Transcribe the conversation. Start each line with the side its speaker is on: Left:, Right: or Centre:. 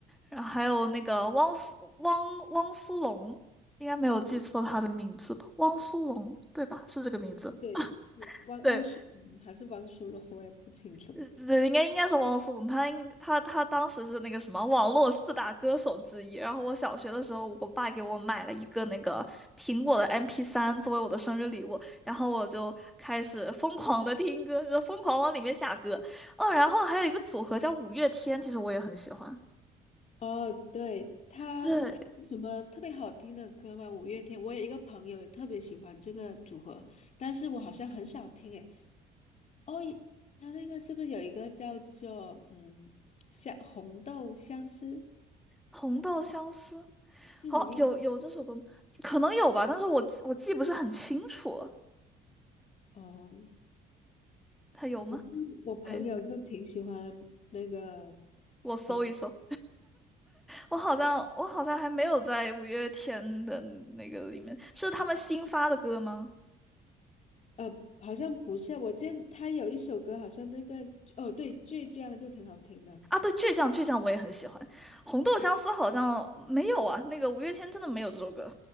Centre: 然后还有那个汪苏汪汪苏泷，应该没有记错他的名字吧？
Left: 哦，
Centre: 汪苏泷对吧？是这个名字。
Left: 对对汪汪苏泷还是汪苏泷，
Centre: 对，
Left: 我也不清楚。
Centre: 呃，对，应该应该是汪苏泷，他应他他当时是那个什么网络四大歌手之一。然后我小学的时候，我爸给我买了一个那个苹果的 m p 三作为我的生日礼物，然后我就开始疯狂的听歌，就疯狂往里面下歌。哦，然后还有一个组合叫五月天，其实我也很喜欢。
Left: 哦，对，他他有什么特别好听的歌吗？
Centre: 对，
Left: 五月天，我有一个朋友也特别喜欢这个组合，但是我好像很少听诶。哦，他那个是不是有一个叫做嗯，像红豆相思
Centre: 红豆相思，
Left: 是五月？
Centre: 好，有有这首歌吗可能有吧，但是我记我记不是很清楚，
Left: 哦，
Centre: 他有吗？
Left: 我我朋友就挺喜欢那个，
Centre: 对，我搜一搜。
Left: 呃
Centre: 我好像我好像还没有在五月天的那个里面，是他们新发的歌吗？
Left: 呃，好像不是，我见他有一首歌，好像那个哦对，倔强就挺好听的。
Centre: 啊，对，倔强倔强我也很喜欢，红豆相思好像没有啊，那个五月天真的没有这首歌